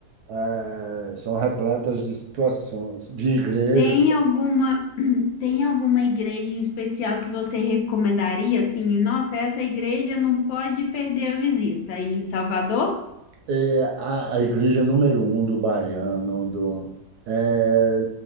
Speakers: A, on the right; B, on the left.
A: eh, são repletas de situações, de igrejas.
B: tem alguma, <clears throat> tem alguma igreja em especial que você recomendaria, assim? Nossa, essa igreja não pode perder a visita aí em Salvador?
A: É a, a igreja número um do baiano, do eh,